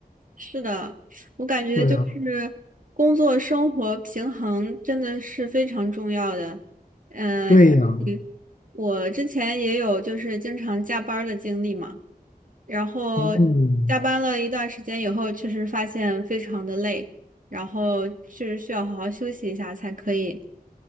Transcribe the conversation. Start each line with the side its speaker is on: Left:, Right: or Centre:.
Right: 是的，我感觉就是工作生活平衡真的是非常重要的。
Left: 对呀，
Right: 嗯、
Left: 对呀，
Right: 嗯我之前也有就是经常加班儿的经历嘛，然后
Left: 嗯，
Right: 加班了一段时间以后，确实发现非常的累，然后确实需要好好休息一下才可以。